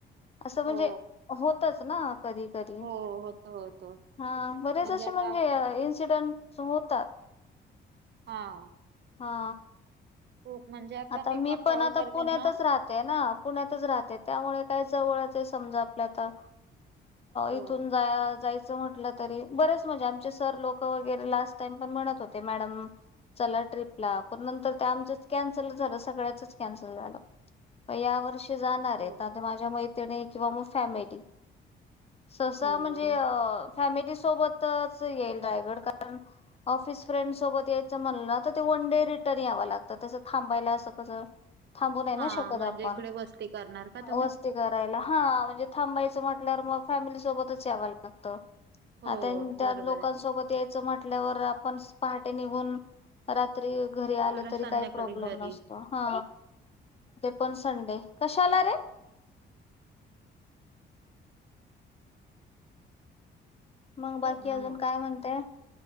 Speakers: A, on the left (about 30°); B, on the right (about 60°).
A: असं म्हणजे
B: हो
A: होत कधी कधी
B: हो होतो होतो
A: हा बरेच
B: म्हणजे
A: असे
B: आता
A: म्हणजे
B: आ-
A: इन्सिडेंट सुमूतात
B: हा.
A: हा.
B: खूप म्हणजे
A: आता मी पण
B: कॉल
A: आता
B: करते
A: पुण्यातच
B: ना
A: राहते ना पुण्यातच राहते त्यामुळे काय जवळच आहे समजा आपल्या आता
B: हो
A: इथून जाया जायचं. च म्हटलं तरी बरेच म्हणजे आमचे सर लोक वगैरे लास्ट टाईम पण म्हणत होते मॅडम चला ट्रीपला पण नंतर त्या आमच्याच कॅन सल झालं सगळ्याचच कॅन्सल झालं म यावर्षी जाणार आहेत
B: हो
A: ते आता
B: काय
A: माझ्या मैत्रिणी किंवा मग फॅमिली सहसा
B: हो
A: म्हणजे अ फॅमिली सोबतच येईल रायगड कारण ऑफिस फ्रेंड सोबत यायचं म्हणल तर तेवढ वन डे रिटर्न याव लागत तस थांबायला असं कस थांबूू नाही ना
B: हा
A: शकत
B: म्हणजे
A: आपण
B: इकडे वस्ती करणार का तुम्ही
A: वस्ती करायला. हा म्हणजे थांबायचं म्हटल्यार मग फॅमिली सोबतच याव लागतं.
B: हो
A: त्यां त्या
B: बरोबर
A: लोकांसोबत
B: आहे
A: यायचं म्हटल्यावर आपण प टे निघून रात्री घरी आल
B: परत
A: तरी
B: संध्याकाळी
A: काय प्रॉब्लेम
B: घरी
A: नसतो हा ते पण संडे कशाला रे मग बाकी
B: हा
A: अजून
B: ना
A: काय म्हणतेय?